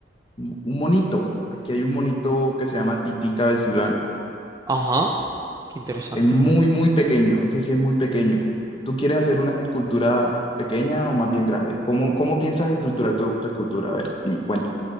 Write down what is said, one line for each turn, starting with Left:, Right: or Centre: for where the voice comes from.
Left: un un monito. Aquí hay un monito que se llama Tití Cabeciblanco.
Right: ajá, qué interesante.
Left: Es muy, muy pequeño. Ese sí es muy pequeño. ¿Tú quieres hacer una escultura pequeña o más bien grande? ¿Cómo, cómo piensas estructurar tu, tu escultura? A ver, dime, cuenta.